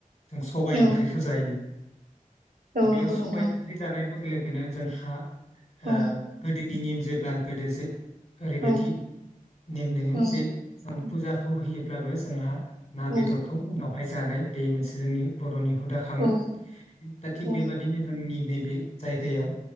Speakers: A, on the left; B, on the right.
A: जों सबाइ
B: औ
A: ओंख्रिखौ जायो।
B: औ
A: दा बेयाव
B: नंगौ
A: सबाय
B: नोंथां
A: ओंख्रि जानाय <unintelligible> जों हा हो
B: औ
A: गोदि इ निम एप्लाइारसे <unintelligible> ओरैबायदि
B: औ
A: नेम दोङोमोन
B: औ
A: जे फुजाखौ होयोब्लाबो जोंहा ना
B: औ
A: बेदरखौ। बेवहाय जानाय बे मोनसे जोंनि बर'नि हुदाखामोन
B: औ
A: दा थिग
B: औ
A: बेबादिनो जोंनि नैबे जायगायाव